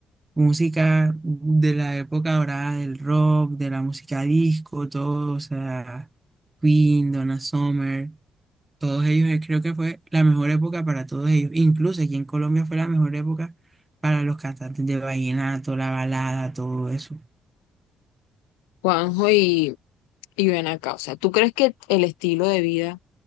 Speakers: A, on the right (about 25°); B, on the left (about 85°).
A: música de la época dorada del rock, de la música disco, todo, o sea, Queen, Donna Summer, todos ellos, eh, creo que fue la mejor época para todos ellos. Incluso aquí en Colombia fue la mejor época para los cantantes de vallenato, la balada, todo eso.
B: Juanjo, y, y ven acá, o sea, ¿tú crees que el estilo de vida